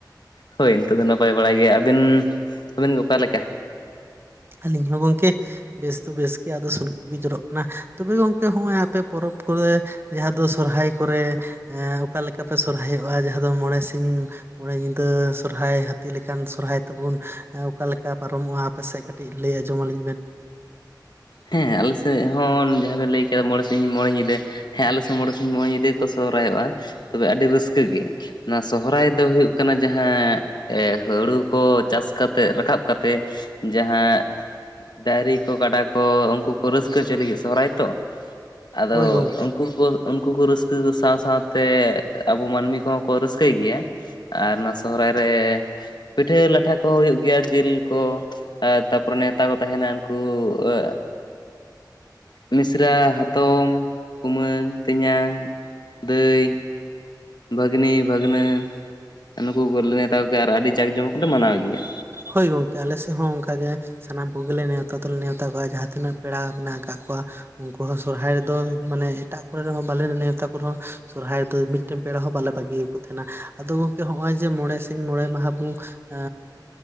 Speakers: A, on the left; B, on the right.
A: ᱦᱳᱭ ᱱᱤᱛᱚᱜ ᱫᱚ ᱱᱟᱯᱟᱭ ᱵᱟᱲᱟ ᱜᱮᱭᱟ ᱟᱹᱵᱤᱱ ᱟᱵᱤᱱ ᱜᱮ ᱚᱠᱟᱞᱮᱠᱟ?
B: ᱟᱹᱞᱤᱧ ᱦᱚᱸ ᱜᱚᱝᱠᱮ ᱵᱮᱥ ᱫᱚ ᱵᱮᱥ ᱜᱮ ᱟᱫᱚ ᱥᱩᱱᱩᱡ ᱠᱚᱜᱮ ᱡᱚᱨᱚᱜ ᱠᱟᱱᱟ ᱛᱚᱵᱮ ᱜᱚᱝᱠᱮ ᱦᱚᱸᱜᱼᱚᱭ ᱟᱯᱮ ᱯᱚᱨᱚᱵᱽ ᱠᱚᱨᱮ ᱡᱟᱦᱟᱸ ᱫᱚ ᱥᱚᱨᱦᱟᱭ ᱠᱚᱨᱮ ᱚᱠᱟ ᱞᱮᱠᱟ ᱯᱮ ᱥᱚᱨᱦᱟᱭᱚᱜᱼᱟ ᱡᱟᱦᱟᱸ ᱫᱚ ᱢᱚᱬᱮ ᱥᱤᱧ ᱢᱚᱬᱮ ᱧᱤᱫᱟᱹ ᱥᱚᱨᱦᱟᱭ ᱦᱟᱹᱛᱤ ᱞᱮᱠᱟᱱ ᱥᱚᱨᱦᱟᱭ ᱛᱮᱵᱩᱱ ᱚᱠᱟᱞᱮᱠᱟ ᱯᱟᱨᱚᱢᱚᱜᱼᱟ ᱟᱯᱮ ᱥᱮᱫ ᱠᱟᱹ ᱠᱟᱹᱴᱤᱡ ᱞᱟᱹᱭ ᱟᱡᱚᱸᱢ ᱟᱹᱞᱤᱧ ᱵᱮᱱ᱾
A: ᱦᱮᱸ ᱟᱞᱮ ᱥᱮᱫ ᱦᱚᱸ ᱡᱟᱦᱟᱸ ᱵᱮᱱ ᱞᱟᱹᱭ ᱠᱮᱫᱟ ᱢᱚᱬᱮ ᱥᱤᱧ ᱢᱚᱬᱮ ᱧᱤᱫᱟᱹ ᱾ ᱦᱮᱸ ᱟᱞᱮ ᱥᱮᱫ ᱢᱚᱬᱮ ᱥᱤᱧ ᱢᱚᱬᱮ ᱧᱤᱫᱟᱹ ᱜᱮᱠᱚ ᱥᱚᱦᱚᱨᱟᱭᱚᱜᱼᱟ ᱛᱚᱵᱮ ᱟᱹᱰᱤ ᱨᱟᱹᱥᱠᱟᱹ ᱜᱮ᱾ ᱱᱚᱣᱟ ᱥᱚᱦᱚᱨᱟᱭ ᱫᱚ ᱦᱩᱭᱩᱜ ᱠᱟᱱᱟ ᱡᱟᱦᱟᱸ ᱮ ᱦᱩᱲᱩ ᱠᱚ ᱪᱟᱥ ᱠᱟᱛᱮᱫ ᱨᱟᱠᱟᱵ ᱠᱟᱛᱮᱜ ᱡᱟᱦᱟᱸ ᱰᱟᱭᱨᱤ ᱠᱚ ᱠᱟᱰᱟ ᱩᱱᱠᱩ ᱠᱚ ᱨᱟᱹᱥᱠᱟᱹ ᱪᱚᱭ ᱞᱟᱹᱜᱤᱫ ᱥᱚᱦᱨᱟᱭ ᱛᱚ ᱟᱫᱚ
B: ᱦᱳᱭ ᱜᱚᱝᱠᱮ
A: ᱩᱱᱠᱩ ᱠᱚ ᱩᱱᱠᱩ ᱠᱩ ᱨᱟᱹᱥᱠᱟᱹ ᱠᱚ ᱥᱟᱶ ᱥᱟᱶᱛᱮ ᱟᱵᱚ ᱢᱟᱹᱱᱢᱤ ᱠᱚᱦᱚᱸ ᱠᱚ ᱨᱟᱹᱥᱠᱟᱹᱭ ᱜᱮᱭᱟ᱾ ᱟᱨ ᱚᱱᱟ ᱥᱚᱦᱚᱨᱟᱭ ᱨᱮ ᱯᱤᱴᱷᱟᱹ ᱞᱟᱴᱷᱟ ᱠᱚᱦᱚᱸ ᱦᱩᱭᱩᱜ ᱜᱮᱭᱟ ᱡᱤᱞ ᱠᱚ ᱟᱨ ᱛᱟᱯᱚᱨᱮ ᱱᱮᱣᱛᱟ ᱠᱚ ᱛᱟᱦᱮᱸᱱᱟ ᱩᱱᱠᱩ ᱳ ᱟᱜ ᱢᱤᱥᱨᱟ, ᱦᱟᱛᱚᱢ, ᱠᱩᱢᱟᱹᱝ, ᱛᱮᱧᱟᱝ, ᱫᱟᱹᱭ᱾ ᱵᱷᱟᱹᱜᱽᱱᱤ, ᱵᱷᱟᱹᱜᱽᱱᱟᱹ ᱱᱩᱠᱩ ᱠᱚᱞᱮ ᱱᱮᱣᱛᱟ ᱠᱚ ᱜᱮᱭᱟ ᱟᱨ ᱟᱹᱰᱤ ᱡᱟᱸᱠ ᱡᱚᱢᱚᱠ ᱞᱮ ᱢᱟᱱᱟᱣ ᱜᱮᱭᱟ᱾
B: ᱦᱳᱭ ᱜᱚᱝᱠᱮ ᱟᱞᱮ ᱥᱮᱫ ᱦᱚᱸ ᱚᱝᱠᱟ ᱜᱮ᱾ ᱥᱟᱱᱟᱢ ᱠᱚᱜᱮᱞᱮ ᱱᱮᱣᱛᱟ ᱛᱚᱞᱮ ᱱᱮᱶᱛᱟ ᱠᱚᱣᱟ ᱡᱟᱦᱟᱸ ᱛᱤᱱᱟᱹᱜ ᱯᱮᱲᱟ ᱢᱮᱱᱟᱜ ᱠᱟᱫ ᱠᱚᱣᱟ᱾ ᱩᱱᱠᱩ ᱦᱚᱸ ᱥᱚᱨᱦᱟᱭ ᱨᱮᱫᱚ ᱢᱟᱱᱮ ᱦᱮᱴᱟᱜ ᱠᱚᱨᱮ ᱨᱮᱦᱚᱸ ᱵᱟᱞᱮ ᱱᱮᱶᱛᱟ ᱠᱚ ᱨᱮᱦᱚᱸ ᱥᱚᱨᱦᱟᱭ ᱨᱮᱫᱚ ᱢᱤᱫ ᱢᱤᱫᱴᱮᱱ ᱯᱮᱲᱟ ᱦᱚᱸ ᱵᱟᱞᱮ ᱵᱟᱹᱜᱤᱭᱟᱠᱚ ᱛᱟᱦᱮᱸᱱᱟ ᱟᱫᱚ ᱜᱚᱝᱠᱮ ᱦᱚᱜᱼᱚᱭ ᱡᱮ ᱢᱚᱬᱮ ᱥᱤᱧ ᱢᱚᱬᱮ ᱢᱟᱦᱟ ᱵᱩᱝ ᱮ